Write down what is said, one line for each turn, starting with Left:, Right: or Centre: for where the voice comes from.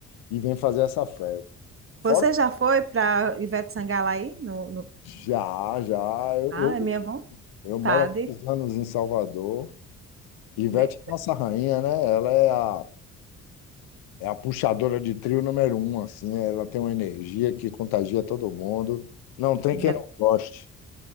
Left: e vem fazer essa festa. Fora,
Right: Você já foi para Ivete Sangalo aí? No, no-
Left: já, já, eu,
Right: Ah, é minha
Left: eu,
Right: vontade.
Left: eu moro há muitos anos em Salvador. Ivete,
Right: De-
Left: é nossa rainha, né? Ela é a É a puxadora de trio número um, assim, ela tem uma energia que contagia todo mundo. Não tem
Right: de-
Left: quem não goste.